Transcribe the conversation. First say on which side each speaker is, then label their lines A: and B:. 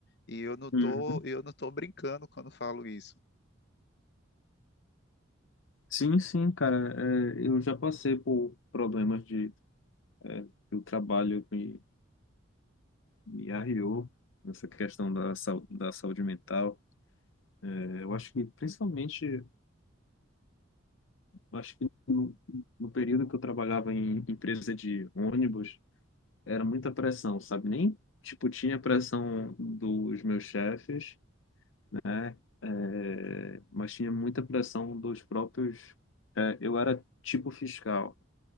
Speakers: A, on the left; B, on the left.
A: E eu não tô,
B: Uhum.
A: eu não tô brincando quando falo isso.
B: Sim, sim, cara. É, eu já passei por problemas de é, que o trabalho me, me arriou nessa questão da, sau- da saúde mental. É, eu acho que, principalmente, eu acho que no, no período que eu trabalhava em empresa de ônibus, era muita pressão, sabe? Nem, tipo, tinha pressão dos meus chefes, É, é, mas tinha muita pressão dos próprios. é, eu era tipo fiscal,